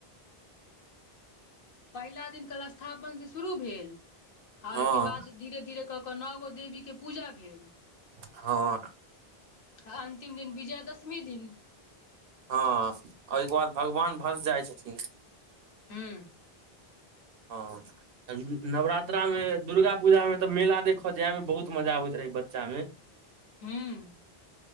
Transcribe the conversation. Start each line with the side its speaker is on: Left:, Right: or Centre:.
Left: पहिला दिन कलश स्थापना से शुरू भेल आ
Right: हँ
Left: ओहिके बाद। धीरे धीरे कऽ कऽ नगो देवी के पूजा भेल।
Right: हँ।
Left: आ अन्तिम दिन विजयदशमी दिन।
Right: अ ओहिके बाद भगवान भस जाइ छथिन।
Left: हूँ।
Right: ह। नवरात्रा मे दुर्गा पूजा मे तऽ मेला देखऽ जायमे बहुत मजा आबैत रहै बच्चा मै।
Left: हँ।